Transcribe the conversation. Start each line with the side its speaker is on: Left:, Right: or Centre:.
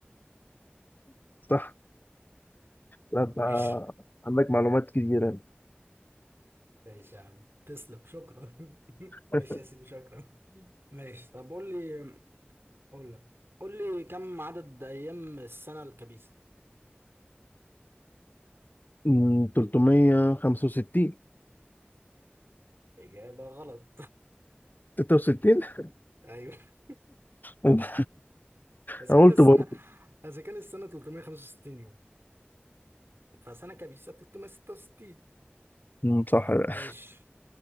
Left: صح لا أنت
Right: ماشي
Left: عندك معلومات كتيرة
Right: ماشي يا عم تسلم شكرا <laughs> ماشي
Left: <laughs>
Right: يا سيدي شكرا ماشي طب قول لي قول لك قول لي كم عدد أيام السنة الكبيسة
Left: أمم، 365
Right: إجابة غلط
Left: 66 <laughs>
Right: <laughs> ايوه
Left: أنا
Right: اذا
Left: قلت
Right: كان السنه
Left: برضه
Right: اذا كان السنه 365 يوم فسنة كبيسة 366
Left: أمم، صح بقى
Right: ماشي